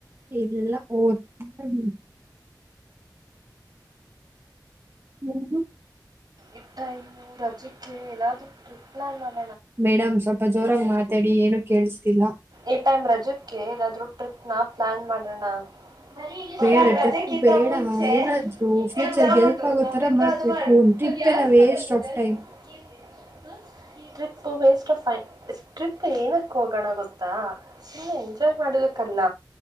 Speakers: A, on the right (about 35°); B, on the right (about 65°).
A: ಇಲ್ಲಾ ಹೋಗ್ತಾ ಇದೀನಿ. ಉಹೂಂ.
B: ಈ ಟೈಮು ರಜಕ್ಕೆ ಎಲ್ಲಾದ್ರೂ ಟ್ರಿಪ್ ಪ್ಲಾನ್ ಮಾಡ
A: ಮೇಡಮ್ ಸ್ವಲ್ಪ ಜೋರಾಗಿ ಮಾತ್ ತಾಡಿ ಏನು ಕೇಳ್ಸ್ತಿಲ್ಲ.
B: ಈ ಟೈಮ್ ರಜಕ್ಕೆ ಏಲ್ಲಾದ್ರೂ ಟ್ರಿಪ್ನಾ ಪ್ಲಾನ್ ಮಾಡಣ. <unintelligible>
A: ಬೇಡ ಟ್ರಿಪ್ ಬೇಡ ಏನಾದ್ರು ಫ್ಯೂಚರ್ಗೆ ಹೆಲ್ಪ್ ಆಗೋ ತರ ಮಾಡ್ಬೇಕು ಒಂದ್ ಟ್ರಿಪ್ ಎಲ್ಲ waste of time
B: waste of time, strip ಏನಕ್ ಹೋಗಣ ಗೊ ತ್ತ ಸುಮ್ಮ್ನೆ ಎಂಜಾಯ್ ಮಾಡುದಕ್ಕಲ್ಲ.